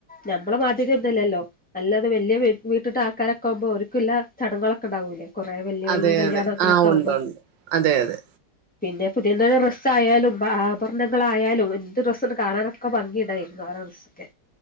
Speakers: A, in the centre; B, on the right.
A: നമ്മളെ മാധ്യതയൊന്നല്ലല്ലോ നല്ലത് വലിയ വീട്ടിട്ട് ആൾക്കാരൊക്കെ ഒക്കുമ്പോ ഒരിക്കലല്ല ചടങ്ങൊക്കെ ഉണ്ടാവൂലേ കൊറേ വല്യ
B: അതെ
A: വല്യ കല്യാണങ്ങളൊക്കെ
B: അതെ ആഹ്
A: ആവുമ്പോ
B: ഉണ്ട് ഉണ്ട് അതെ അതെ
A: പിന്നെ പുതിയന്ത രസം ആയാലും ന്തായാലും കാണാനൊക്കെ ഭംഗിടായിരുന്നു ആറ ദിവസക്കെ